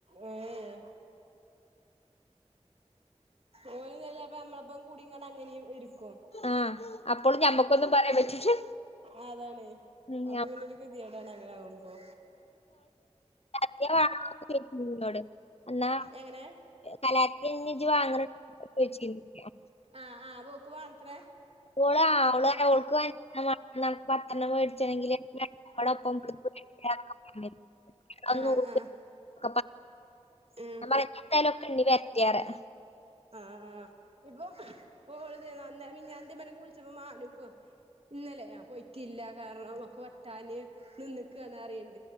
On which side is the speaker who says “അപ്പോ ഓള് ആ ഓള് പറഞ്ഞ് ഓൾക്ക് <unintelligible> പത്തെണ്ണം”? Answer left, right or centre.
Left